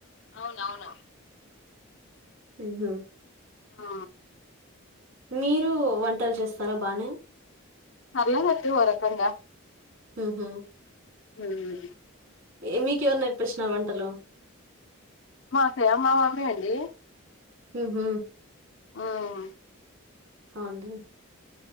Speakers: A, on the left (about 65°); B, on the right (about 75°).
A: అవునవును
B: మ్ హు
A: ఆ
B: మీరు వంటలు చేస్తారా బానె
A: పర్లేదండి ఓ రకంగా
B: మ్ హు
A: మ్
B: ఏ మీకెవరు నేర్పిచ్చినారు వంటలు
A: మాక మా మమ్మీ అండి
B: మ్ హు
A: మ్
B: అవండి